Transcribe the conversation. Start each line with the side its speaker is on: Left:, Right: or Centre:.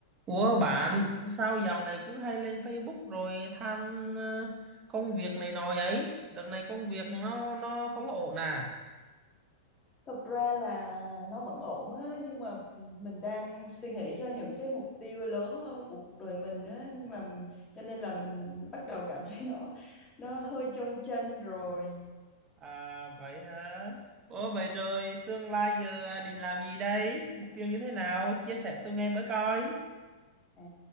Right: Ủa bạn sao dạo này cứ hay lên Facebook rồi than ờ, công việc này nọ vậy? Đợt này công việc
Left: Ừ.
Right: nó nó không ổn à?
Left: Thật ra là nó vẫn ổn á nhưng mà mình đang suy nghĩ cho những cái mục tiêu lớn hơn của cuộc đời mình á mà cho nên là mình bắt đầu cảm thấy nó nó hơi chông chênh rồi.
Right: À vậy hả? Ủa
Left: Ừ.
Right: vậy rồi tương lai giờ à, định làm gì đây? Mục tiêu như thế nào? Chia sẻ tôi nghe với coi.
Left: À,